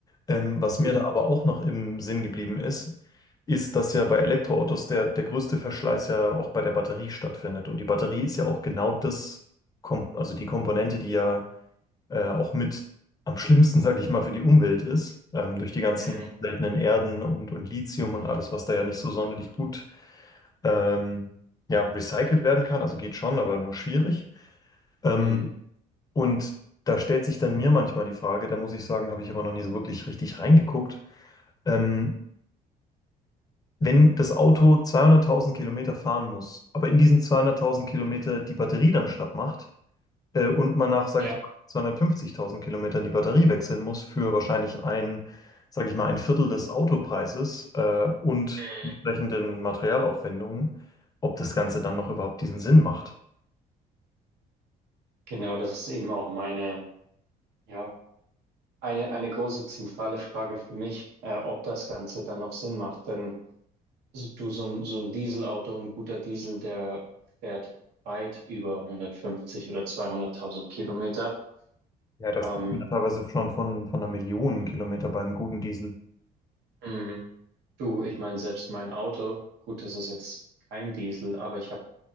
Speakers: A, on the left; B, on the right.
A: Ähm, was
B: mhm.
A: mir da aber auch noch im Sinn geblieben ist, ist, dass ja bei Elektroautos der, der größte Verschleiß ja auch bei der Batterie stattfindet. Und die Batterie ist ja auch genau das, Kom also die Komponente, die ja äh, auch mit am schlimmsten, <laughs> sage ich mal, für die Umwelt ist, ähm, durch die ganzen
B: Mhm.
A: seltenen Erden und, und Lithium und alles, was da ja nicht so sonderlich gut ähm, ja, recycelt werden kann. Also geht schon, aber nur schwierig. Ähm,
B: Mhm.
A: und da stellt sich dann mir manchmal die Frage, da muss ich sagen, habe ich aber noch nie so wirklich richtig reingeguckt. Ähm, wenn das Auto 200.000 Kilometer fahren muss, aber in diesen 200.000 Kilometer die Batterie dann schlapp macht äh, und man nach, sage
B: Ja.
A: ich mal, 250.000 Kilometern die Batterie wechseln muss für wahrscheinlich ein, sage ich mal, ein Viertel des Autopreises äh, und
B: Mhm.
A: entsprechenden Materialaufwendungen, ob das Ganze dann noch überhaupt diesen Sinn macht.
B: Genau, das ist eben auch meine, ja, eine, eine große zentrale Frage für mich, äh, ob das Ganze dann noch Sinn macht. Denn so- Du, so ein, so ein Dieselauto, ein guter Diesel, der fährt weit über 150 oder 200.000 Kilometer.
A: Ja, da
B: Ähm,
A: spricht man ja teilweise schon von, von einer Million Kilometer bei einem guten Diesel.
B: mh, du, ich meine, selbst mein Auto, gut, das ist jetzt kein Diesel, aber ich habe